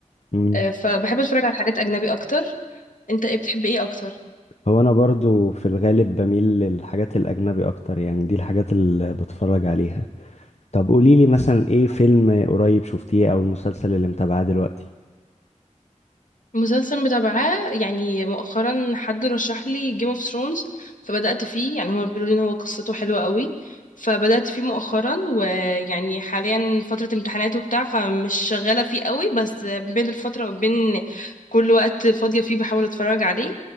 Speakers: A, on the left; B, on the left.
A: مم.
B: اه، فبحب اتفرج على حاجات اجنبي اكتر انت ايه بتحب ايه اكتر
A: هو انا برضو في الغالب بميل للحاجات الاجنبي اكتر يعني دي الحاجات اللي بتفرج عليها طب قوليلي مثلا ايه فيلم قريب شفتيه او المسلسل اللي متابعاه دلوقتي
B: مسلسل متابعاه يعني مؤخرا حد رشح لي جيم اوف ثرونز فبدأت فيه يعني هما بيقولوا لي ان هو قصته حلوة قوي فبدأت فيه مؤخرا ويعني حاليا فترة امتحانات وبتاع فمش شغالة فيه قوي بس بين الفترة وبين كل وقت فاضية فيه بحاول اتفرج عليه